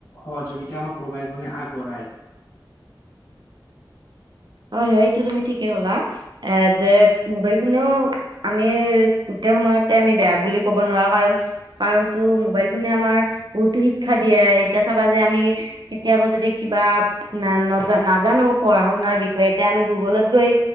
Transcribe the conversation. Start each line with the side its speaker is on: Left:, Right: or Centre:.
Left: সহযোগিতা আমাক মবাইল ফনে আগ বৰাই।
Right: হয় হয়, এইটো তুমি ঠিকে ক'লা এ যে মোবাইল ফোনেও আমি সময়তে আমি বেয়া বুলি ক'ব নোৱাৰো কাৰণ, কাৰণটো মোবাইল ফোনে আমাৰ বহুতো শিক্ষা দিয়ে এতিয়া চাবা যে আমি কেতিয়াবা যদি কিবা না-নাজানো পঢ়া শুনাৰ বি এতিয়া আমি গুগলত গৈ